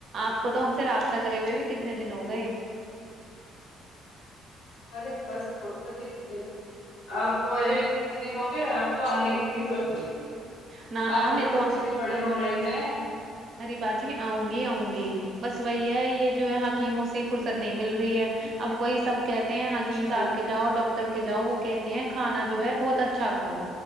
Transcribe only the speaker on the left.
ارے بس فرست ہے نئی ملتی آپ کو آئے ہوئے کتنے دن ہو گئے آپ تو آنے کی بھی نہیں سوچتی
آپ کے
تو بچے بھی بڑے ہو رہے ہیں
اچھا